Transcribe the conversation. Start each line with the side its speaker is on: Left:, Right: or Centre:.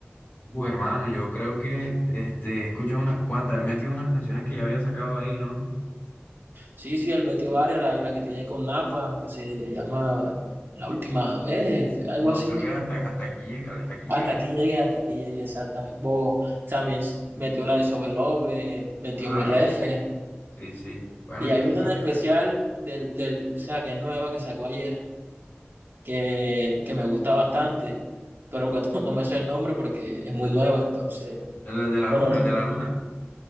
Left: Uh, hermano, yo creo que este, he escuchado unas cuantas, él metió unas canciones que ya había sacado ahí, ¿no?
Right: Sí, sí, el Betty Ovario, la, la que tiene con Napa, que se llama La Última Vez, algo
Left: No,
Right: así.
Left: creo que era hasta, hasta aquí llega, hasta aquí
Right: Hasta
Left: llegué.
Right: aquí llegué, hasta aquí llegué, exacta. Vos también metió la de Sobelobe, metió
Left: Claro,
Right: mi refe.
Left: sí, sí. Bueno,
Right: Y
Left: ya
Right: hay una
Left: llegué.
Right: en especial del, del, o sea, que es nueva, que sacó ayer, que, que me gusta bastante, pero que <laughs> no, no me sé el nombre porque es muy nueva, entonces.
Left: El de la
Right: Pero
Left: luna, el de la luna.